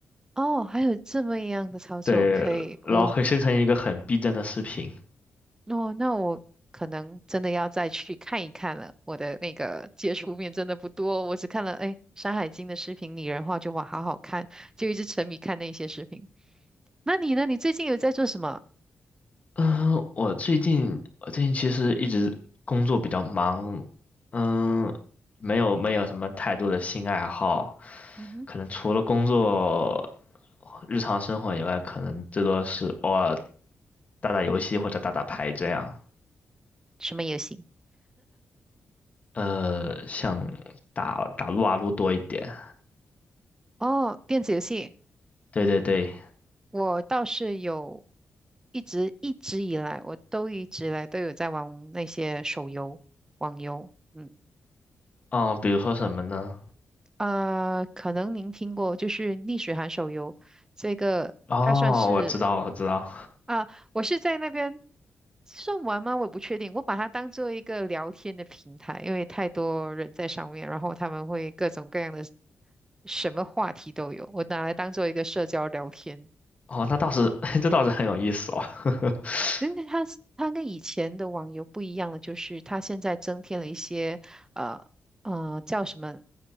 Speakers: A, on the right (about 15°); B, on the left (about 35°).
A: 哦，还有这么一样的操作，
B: 对，
A: 可以，
B: 然后会生成一个很逼真的视频。
A: 我哦，那我可能真的要再去看一看了。我的那个接触面真的不多，我只看了哎《山海经》的视频，拟人化就哇好好看，就一直沉迷看那些视频。那你呢？你最近有在做什么？
B: 嗯，我最近我最近其实一直工作比较忙，嗯，没有没有什么太多的新爱好，
A: 嗯哼，
B: 可能除了工作，日常生活以外，可能最多是偶尔打打游戏或者打打牌这样。
A: 什么游戏？
B: 呃，像打打撸啊撸多一点。
A: 哦，电子游戏，
B: 对对对，
A: 我倒是有一直一直以来，我都一直以来都有在玩那些手游、网游。嗯，
B: 哦，比如说什么呢？
A: 啊，可能您听过，就是逆水寒手游，这个它算是。
B: 哦，我知道我知道，
A: 啊，我是在那边算玩吗？我也不确定。我把它当做一个聊天的平台，因为太多人在上面，然后他们会各种各样的什么话题都有，我拿来当做一个社交聊天。
B: 哦，那倒是 <laughs> 这倒是很有意思哦。<laughs>
A: 那个它是它跟以前的网游不一样的，就是它现在增添了一些呃呃叫什么